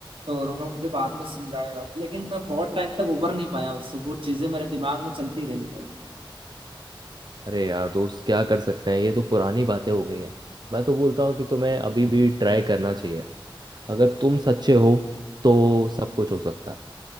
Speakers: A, on the right; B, on the right.
A: तो उन्होंने मुझे बाद में समझाया लेकिन मैं बहुत टाइम तक उबर नहीं पाया उससे वो चीजें मेरे दिमाग में चलती रही भाई
B: अरे यार दोस्त क्या कर सकते हैं ये तो पुरानी बातें हो गई हैं मैं तो बोलता हूँ कि तुम्हें अभी भी ट्राई करना चाहिए अगर तुम सच्चे हो तो सब कुछ हो सकता है